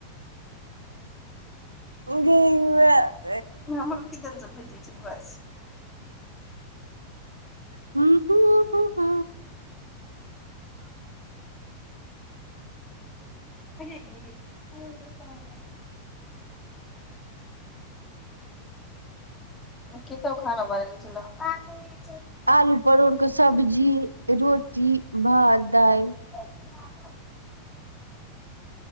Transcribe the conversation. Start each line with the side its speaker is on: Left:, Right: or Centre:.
Right: गे माई
Left: हमरो किदन से भेजै छै ब
Right: ह ह ह
Left: हं की सब खाना बनने छ
Right: आलू परोड़ के सब्जी रोटी भात दाइल
Left: हँ